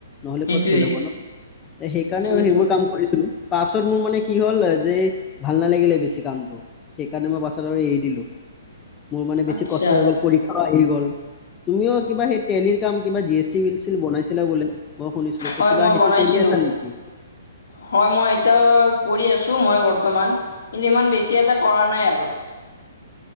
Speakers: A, on the left (about 20°); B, on the left (about 70°).
A: নহলে
B: সেইটোৱে
A: ক'ত চেল হব ন সেইকাৰণে
B: সেইটোৱেটো
A: আৰু সেইবোৰ কাম কৰিছিলো তাৰপিছত মোৰ মানে কি হ'ল যে ভাল নালাগিলে বেছি কামটো সেইকাৰণে মই বাাছত আৰু এৰি দিলো মোৰ মানে বেছি
B: আচ্ছা
A: কষ্ট হৈ গ'ল পৰীক্ষাও আহি গ'ল তুমিও কিবা সেই তেলিৰ কাম কিবা জি এছ টি বিলছিল বনাইছিলা বোলে মই শুনিছিলো
B: হয়
A: কিবা
B: মই
A: সেইটো
B: বনাইছিলো
A: কৰি আছা নেকি
B: হয় মই এটোয়া কৰি আছো মই বৰ্তমান কিন্তু ইমান বেছি এটা কৰা নাই আৰু